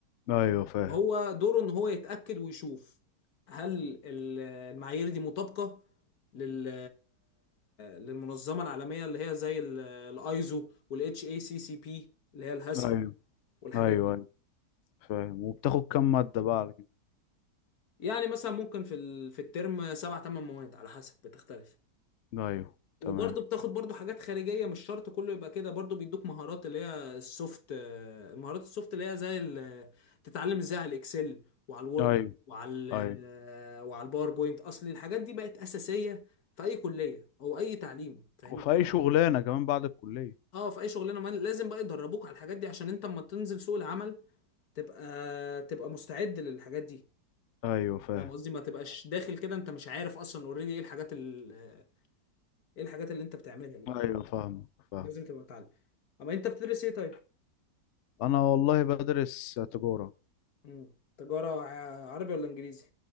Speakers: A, on the left (about 80°); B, on the left (about 60°).
A: ايوه فاهم
B: هو دوره ان هو يتأكد ويشوف هل ال- المعايير دي مطابقة لل للمنظمة العالمية اللي هي زي الايزو والاتش اي سي سي بي اللي هي الهاسب
A: ايوه
B: والحاجات
A: ايوه
B: دي
A: ايوه فاهم وبتاخد كام مادة بقى على كده
B: يعني مثلا ممكن في ال... في الترم سبع تمن مواد على حسب بتختلف
A: ايوه
B: وبرضه
A: تمام
B: بتاخد برضه حاجات خارجية مش شرط كله يبقى كده برضه بيدوك مهارات اللي هي السوفت آه، المهارات السوفت اللي هي زي ال... تتعلم ازاي على الاكسل وعلى الوورد
A: ايوه
B: وعلى ال...
A: ايوه
B: آه، وعلى الباوربوينت اصل الحاجات دي بقت أساسية في اي كلية او اي تعليم فاهم
A: وفي
B: قصدي؟
A: اي شغلانة كمان بعد الكلية
B: اه في اي شغلانة ما لازم بقى يدربوك على الحاجات دي عشان انت اما تنزل سوق العمل تبقى تبقى مستعد للحاجات دي
A: ايوه فاهم
B: فاهم قصدي ما تبقاش داخل كده انت مش عارف اصلا اوريدي ايه الحاجات ال- ايه الحاجات اللي انت بتعملها دي
A: ايوه فاهم فاهم
B: لازم تبقى متعلم اما انت بتدرس ايه طيب
A: انا والله بدرس تجارة
B: مم. تجارة ع- عربي ولا انجليزي